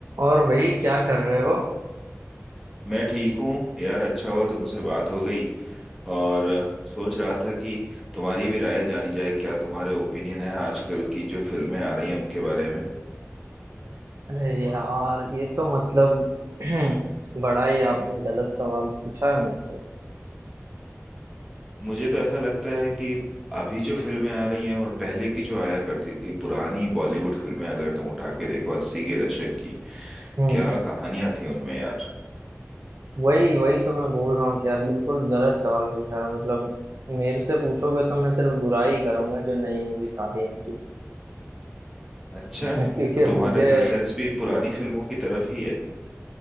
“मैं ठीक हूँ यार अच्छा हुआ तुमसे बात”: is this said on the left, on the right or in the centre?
Centre